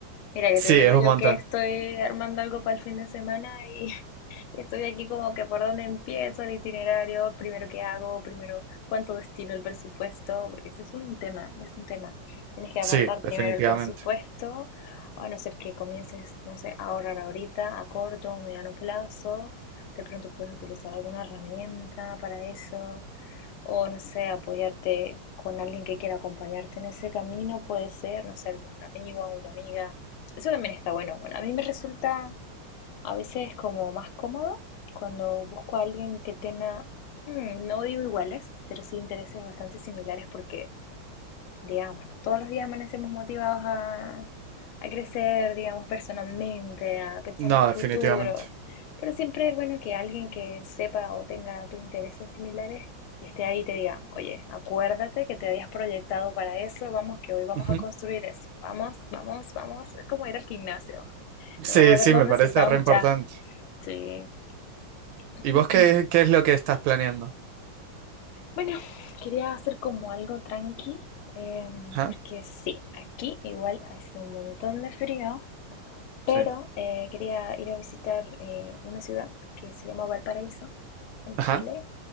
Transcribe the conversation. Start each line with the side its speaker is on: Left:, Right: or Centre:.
Left: Mira, que
Right: sí,
Left: te digo
Right: es un
Left: yo
Right: montón.
Left: que estoy armando algo para el fin de semana y, <laughs> y estoy aquí como que por dónde empiezo el itinerario, primero qué hago, primero cuánto destino el presupuesto, porque ese es un tema, es un tema. Tienes que apartar
Right: Sí,
Left: primero
Right: definitivamente.
Left: el presupuesto, a no ser que comiences, no sé, a ahorrar ahorita, a corto o mediano plazo. De pronto puedes utilizar alguna herramienta para eso. O no sé, apoyarte con alguien que quiera acompañarte en ese camino, puede ser, no sé, algún amigo, una amiga. Eso también está bueno. Bueno, a mí me resulta a veces como más cómodo cuando busco a alguien que tenga, mm, no digo iguales, pero sí intereses bastante similares porque digámoslo, todos los días amanecemos motivados a, a crecer, digamos, personalmente, a pensar
Right: No,
Left: en el
Right: definitivamente.
Left: futuro, pero siempre es bueno que alguien que sepa o tenga tus intereses similares esté ahí y te diga, oye, acuérdate que te habías proyectado para eso, vamos que hoy vamos
Right: Ujú.
Left: a construir eso, vamos, vamos, vamos, es como ir al gimnasio,
Right: Sí,
Left: no vas a ver
Right: sí,
Left: los
Right: me
Left: resultados
Right: parece re importante.
Left: ya, sí. <clears throat> <coughs>
Right: ¿Y vos qué, qué es lo que estás planeando?
Left: Bueno, quería hacer como algo tranqui, em,
Right: Ajá,
Left: porque sí, aquí igual hace un montón de frío
Right: sí.
Left: Pero eh, quería ir a visitar eh, una ciudad que se llama Valparaíso, en
Right: Ajá,
Left: Chile,